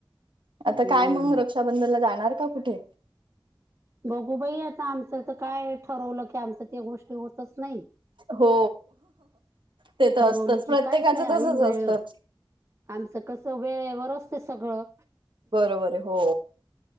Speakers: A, on the right; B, on the right.
A: आता
B: हम्म
A: काय मंग र रक्षाबंधनला जाणार का कुठे?
B: बघू बाई आता आमचं तर काय ठरवलं की आमचं त्या गोष्टी होतच नाही.
A: हो ते तर
B: ठरवलं
A: असतच प्रत्येकाचं
B: की काहीच नाही ऐन
A: तसच
B: वेळेवर
A: असतं.
B: आमचं कसं वेळेवर असते सगळं.
A: बरे हो